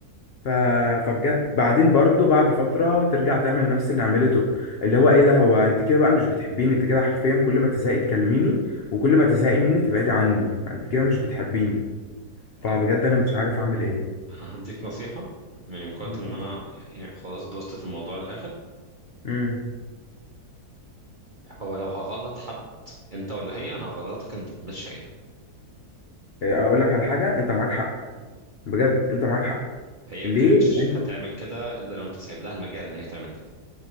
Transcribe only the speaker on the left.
ف... فبجد بعدين برضو بعد فتره ترجع تعمل نفس اللي عملته اللي هو ايه ده هو انت كده بقى مش بتحبيني انت كده حرفيا كل ما تزهقي تكلميني وكل ما تزهقي مني تبعدي عني فانت كده مش بتحبيني فبجد
انا مش عارف اعمل ايه
مم.
امم
إيه، اقول لك على حاجه انت معاك حق بجد انت معاك حق
ليه
لان